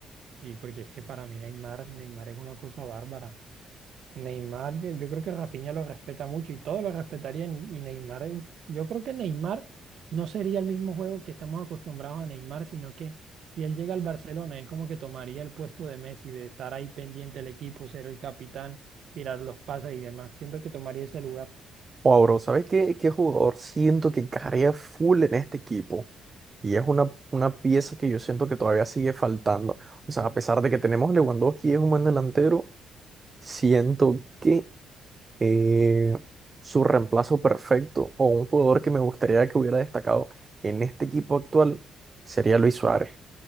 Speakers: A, on the right; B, on the right.
A: Y porque es que para mí Neymar, Neymar es una cosa bárbara. Neymar, yo yo creo que Rafinha lo respeta mucho y todos lo respetarían. Y, y Neymar, uf, yo creo que Neymar no sería el mismo juego que estamos acostumbrados a Neymar, sino que si él llega al Barcelona, él como que tomaría el puesto de Messi, de estar ahí pendiente del equipo, ser el capitán, tirar los pases y demás. Siento que tomaría ese lugar
B: O bro, ¿sabes qué, qué jugador siento que encajaría full en este equipo? Y es una, una pieza que yo siento que todavía sigue faltando. O sea,
A: eh,
B: a pesar de que tenemos a Lewandowski, es un buen delantero, siento que eh, su reemplazo perfecto o un jugador que me gustaría que hubiera destacado en este equipo actual sería Luis Suárez.